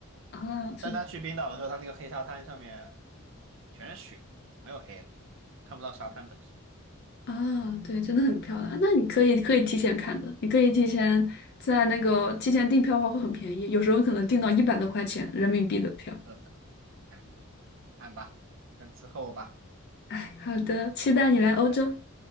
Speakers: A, on the left; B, on the right.
A: 啊，是
B: 但他去冰岛的时候，他那个黑沙滩上面全是雪，没有黑的，看不到沙滩本身。
A: 啊，对，真的很漂亮。那你可以可以提前看的，你可以提前在那个提前订票的话会很便宜，有时候可能订到一百多块钱人民币的票。
B: 是的，哎，看吧，等之后吧。
A: 哎，好的，期待你来欧洲。
B: 对